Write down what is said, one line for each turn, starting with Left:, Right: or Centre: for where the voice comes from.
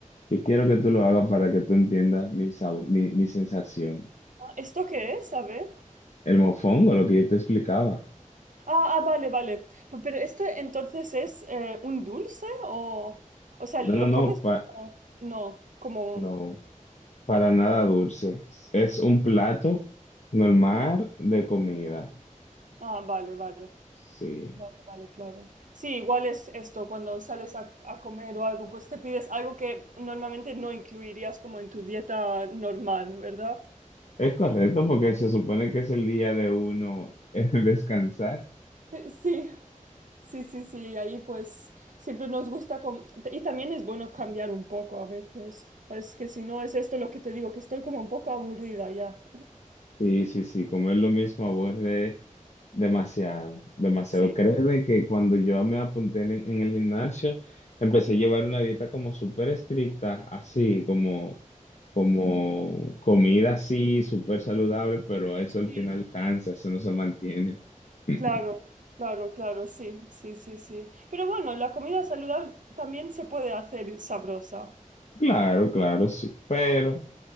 Left: Yo quiero que tú lo hagas para que tú entiendas mi, sab- mi, mi sensación.
Right: Ah, ¿Esto qué es? A ver.
Left: El mofongo, lo que yo te explicaba.
Right: Ah, ah, vale, vale. P- Pero esto entonces es eh, un dulce o, o sea, ¿lo
Left: No, no,
Right: comes
Left: no, pa-
Right: como, no, como...
Left: no, para nada dulce. Es un plato normal de comida.
Right: Ah, vale, vale,
Left: Sí,
Right: vale, vale, claro. Sí, igual es esto, cuando sales a, a comer o algo, pues te pides algo que normalmente no incluirías como en tu dieta normal, ¿verdad? <laughs>
Left: es correcto porque se supone que es el día de uno <laughs> eh, descansar.
Right: Eh, Sí, sí, sí, sí, y ahí pues siempre nos gusta, com- y también es bueno cambiar un poco a veces, pues que si no es esto lo que te digo, que estoy como un poco aburrida ya.
Left: Sí, sí, sí, comer lo mismo aburre Demasiado, demasiado.
Right: Sí,
Left: Créeme que cuando yo me apunté en, en el gimnasio, empecé a llevar una dieta como súper estricta, así como, como comida así, súper saludable, pero eso al
Right: sí,
Left: final cansa, eso no se mantiene. <laughs>
Right: claro, claro, claro, sí, sí, sí, sí. Pero bueno, la comida saludable también se puede hacer sabrosa.
Left: Claro, claro, sí. Pero,